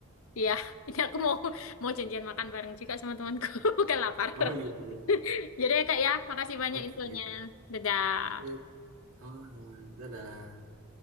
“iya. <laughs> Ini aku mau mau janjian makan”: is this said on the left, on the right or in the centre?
Left